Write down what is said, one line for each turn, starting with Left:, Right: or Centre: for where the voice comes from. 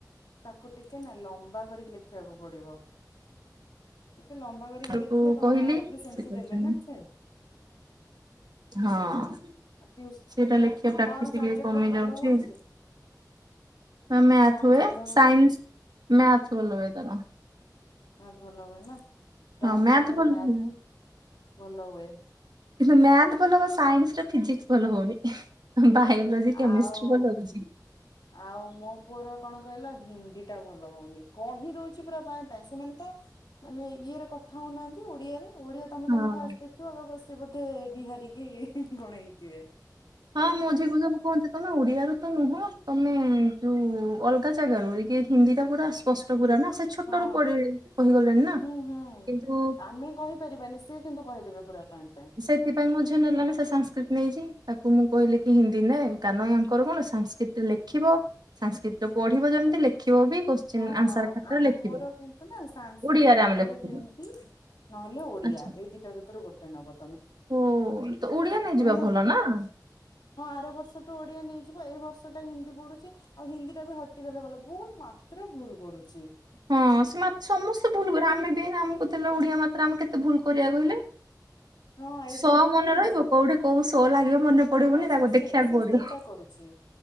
Left: ତାକୁ ଟିକେ ନା ଲମ୍ବା କରିକି ଲେଖିବାକୁ ପଡିବ। ଟିକେ ଲମ୍ବା କରିକି
Right: ତାକୁ
Left: ଲେଖିଲେ ତମ
Right: କହିଲି
Left: ମାର୍କ ବି ସେମତି
Right: ସେ କହିଛନ୍ତି
Left: ଦେବେ ନା ସେ
Right: ହଁ।
Left: କଣ
Right: ସେଇଟା ଲେଖିବା ପ୍ରାକ୍ଟିସ୍ ଟିକେ
Left: ସବଜେକ୍ଟଟା
Right: କମି
Left: ଭଲ
Right: ଯାଉଛି
Left: ହଉଛି।
Right: ମ୍ୟାଥ
Left: କଣ
Right: ହୁଏ
Left: ଭଲ ହଉଛି
Right: ସାଇନସ ମ୍ୟାଥ ଭଲହୁଏ ତାର।
Left: ମ୍ୟାଥ ଭଲ ହୁଏ ନା ପ୍ରାୟ
Right: ହଁ ମ୍ୟାଥ
Left: ପିଲାଙ୍କର
Right: ଭଲ
Left: ମ୍ୟାଥ
Right: ହୁଏ।
Left: ହିଁ ଭଲ ହୁଏ।
Right: କିନ୍ତୁ ମ୍ୟାଥ ଭଲ ହ ସାଇନ୍ସରେ ଫିଜିକ୍ସ ଭଲ ହଉନି। ବାୟୋଲୋଜି କେମିଷ୍ଟ୍ରି
Left: ଆଉ
Right: ବଲୁଛି।
Left: ଆଉ ମୋ ପୁଅର କଣ କହିଲ ହିନ୍ଦୀଟା ଭଲ ହଉନି କହି ଦଉଛି ପୁରା ପା ସେମାନେ ତ ମାନେ ଇଏରେ କଥା ହଉନାହାନ୍ତି ଓଡିଆରେ ଓଡିଆ ତମେ
Right: ହଁ
Left: ତାଙ୍କୁ ଫାଷ୍ଟ ଦେଖିବ ବ ସେ ବୋଧେ ବିହାରିକି କଣ ହେଇଥିବେ।
Right: ହଁ ମୋଝିକୁ ସବୁ କହନ୍ତି ତମେ ଓଡିଆ ର ତ ନୁହଁ ତମେ ଏ ଯୋଉ ଅଲଗା ଜାଗାର ଏ ହିନ୍ଦୀ ଟା ପୁରା ସ୍ପଷ୍ଟ ପୁରା ନା ସେ ଛୋଟର
Left: ହଁ
Right: ପଡି କହିଗଲେଣି ନା
Left: ହୁଁ ହୁଁ
Right: କିନ୍ତୁ
Left: ଆମେ କହିପାରିବାନି ସିଏ କିନ୍ତୁ କହିଦେବେ ପୁରା ପାଇଁ ପାଇଁ
Right: ସେଥିପାଇଁ ମୋଝି ନେଲଣି ସେ ସଂସ୍କୃତି ନେଇଚି ତାକୁ ମୁଁ କହିଲି କି ହିନ୍ଦୀ ନେ କାରନ ୟାଙ୍କର କଣ ସାଂକ୍ରିଟରେ ଲେଖିବ। ସାଂସକ୍ରିଟ ପଢିବ ଯେମିତି ଲେଖିବ ବି କୋଶ୍ଚିନ୍
Left: ଓହୋ
Right: ଆନ୍ସର ଖାତାରେ
Left: ଆମର
Right: ଲେଖିବ
Left: କିନ୍ତୁ ନା ସାଂସକ୍ରିଟ
Right: ଓଡିଆରେ
Left: ନାଇଁ
Right: ଆମେ
Left: ଆମର
Right: ଲେଖୁଥିଲୁ
Left: ହିନ୍ଦୀ ନହେଲେ ଓଡିଆ
Right: ଆଚ୍ଛା
Left: ଏଇ ଦିଟା ଭିତରୁ ଗୋଟେ ନବ
Right: ଓ ତ ଓଡିଆ ନେଇଯିବା
Left: ମାନେ
Right: ଭଲ ନା
Left: ହଁ ଆର ବର୍ଷଠୁଁ ଓଡିଆ ନେଇଯିବ ଏଇ ବର୍ଷଟା ହିନ୍ଦୀ ପଢୁଛି ଆଉ ହିନ୍ଦୀଟା ବି ହଟିଗଲେ ଗଲ ବହୁତ ଏତଟା ଭୁଲ କରୁଛି।
Right: ହଁ ସେ ସମସ୍ତେ ଭୁଲ କର ଆମେ ବି ହେ ଆମକୁ ଓଡିଆ ମାତ୍ରାରେ ଆମେ କେତେ ଭୁଲ କରିବା କହିଲେ?
Left: ହ ହଁ ଏଇ
Right: ସ
Left: ଯୋଉ
Right: ମନେ
Left: ହଁ
Right: ରହିବ କୋଉଠି କୋଉ ସ ଲାଗିବ ମନେ ପଡିବନି
Left: ସେ
Right: ତାକୁ
Left: ସେ
Right: ଦେଖିବାକୁ ପଡିବ।
Left: ସେଇଟା କରୁଛି।